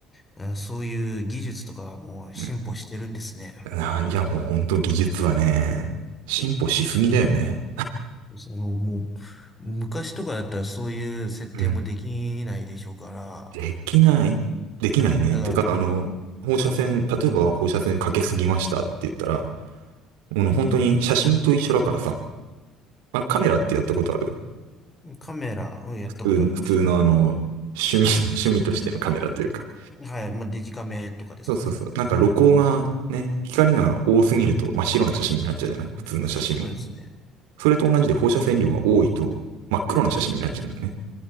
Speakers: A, on the left (about 20°); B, on the right (about 65°).
A: あそういう技術とかはもう進歩してるんですね。
B: うんあいや、もうほんと技術はね、進歩しすぎだよね。
A: そのもう、昔とかだったらそういう設定もできないでしょうから、
B: うん。できない、できないね。
A: だか
B: てか、あの、放射線、例えば放射線かけすぎましたって言ったら、もう本当に写真と一緒だからさ、あ、カメラってやったことある
A: ら、カメラをやったことあります。
B: 普通普通のあの、趣味、<laughs> 趣味としてのカメラというか。
A: はい、まあ、デジカメとかですかね。
B: そうそうそう。なんか露光がね、光が多すぎると真っ白な写真になっちゃうじゃない普通の写真も。
A: そうですね。
B: それと同じで放射線量が多いと真っ黒な写真になっちゃうんだよね。